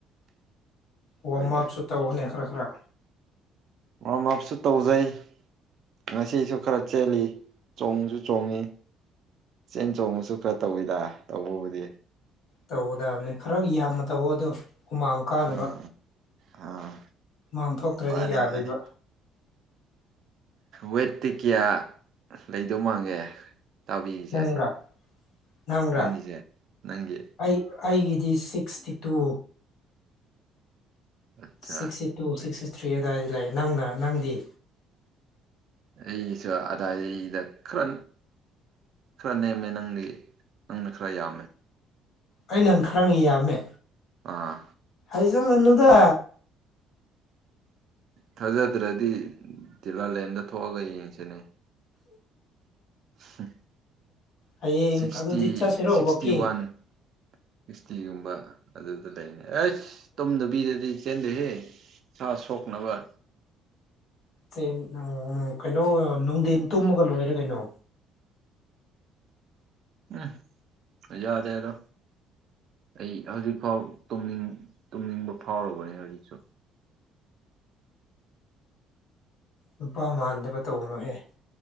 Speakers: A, on the left; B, on the right.
A: ꯋꯥꯔꯝ
B: ꯍꯣꯏꯗ
A: ꯑꯞꯁꯨ ꯇꯧꯅꯦ ꯈꯔ ꯈꯔ
B: ꯋꯥꯔꯝ ꯑꯞꯁꯨ ꯇꯧꯖꯩ ꯉꯁꯤꯁꯨ ꯈꯔ ꯆꯦꯜꯂꯤ ꯆꯣꯡꯁꯨ ꯆꯣꯡꯉꯤ ꯆꯦꯟ ꯆꯣꯡꯕꯁꯨ ꯈꯔ ꯇꯧꯋꯤꯗ ꯇꯧꯕꯕꯨꯗꯤ
A: ꯇꯧꯒꯗꯕꯅꯤ ꯈꯔ ꯌꯥꯝꯅ ꯇꯧꯑꯣꯗꯣ ꯍꯨꯃꯥꯡ ꯀꯥꯅꯕ
B: ꯑꯥ ꯑꯥ
A: ꯃꯥꯡꯊꯣꯛꯇ꯭ꯔꯗꯤ
B: ꯃꯥꯅꯦ
A: ꯌꯥꯗꯦꯕ
B: ꯃꯥꯅꯦ ꯋꯦꯠꯇꯤ ꯀꯌꯥ ꯂꯩꯗꯧ ꯃꯥꯡꯒꯦ ꯇꯥꯕꯤꯔꯤꯁꯦ
A: ꯅꯪꯔꯥ ꯅꯪꯔꯥ
B: ꯅꯪꯒꯤꯁꯦ ꯅꯪꯒꯤ
A: ꯑꯩ ꯑꯩꯒꯤꯗꯤ ꯁꯤꯛꯁꯇꯤ ꯇꯨ
B: ꯑꯠꯆꯥ
A: ꯁꯤꯛꯁꯇꯤ ꯇꯨ ꯁꯤꯛꯁꯇꯤ ꯊ꯭ꯔꯤ ꯑꯗꯨꯋꯥꯏꯗꯤ ꯂꯩ ꯅꯪꯅ ꯅꯪꯗꯤ
B: ꯑꯩꯒꯤꯁꯨ ꯑꯗꯥꯏꯗꯗ ꯈꯔ ꯈꯔ ꯅꯦꯝꯃꯦ ꯅꯪꯗꯤ ꯅꯪꯅ ꯈꯔ ꯌꯥꯝꯃꯦ
A: ꯑꯩꯅꯪ ꯈꯔ ꯌꯥꯝꯃꯦ
B: ꯑꯥ
A: ꯄꯁꯟ ꯂꯨꯗ
B: ꯊꯥꯖꯗ꯭ꯔꯗꯤ ꯤꯂꯥꯂꯦꯟꯗ ꯊꯣꯛꯑꯒ ꯌꯦꯡꯁꯤꯅꯦ ꯎ
A: ꯍꯌꯦꯡ
B: ꯁꯤꯛꯁꯇꯤ
A: ꯑꯗꯨꯗꯤ ꯆꯠꯁꯤꯔꯣ
B: ꯁꯤꯛꯁꯇꯤ
A: ꯋꯥꯛꯀꯤꯡ
B: ꯋꯥꯟ ꯁꯤꯛꯁꯇꯤꯒꯨꯝꯕ ꯑꯗꯨꯗ ꯂꯩꯅꯤ ꯑꯩꯁ ꯇꯨꯝꯗꯕꯤꯗꯗꯤ ꯆꯦꯟꯗꯍꯦ ꯁꯥ ꯁꯣꯛꯅꯕ
A: ꯁꯦ ꯎ ꯀꯩꯅꯣ ꯅꯨꯡꯊꯤꯟ ꯇꯨꯝꯃꯒ ꯂꯣꯏꯔꯦ ꯀꯩꯅꯣ
B: ꯎꯝ ꯌꯥꯗ ꯌꯥꯗꯣ ꯑꯩ ꯍꯧꯖꯤꯛ ꯐꯥꯎꯅꯤꯡ ꯇꯨꯝꯅꯤꯡꯕ ꯐꯥꯎꯔꯕꯅꯦ ꯍꯧꯖꯤꯛꯁꯨ
A: ꯅꯨꯄꯥ ꯃꯥꯟꯗꯕ ꯇꯧꯅꯨꯍꯦ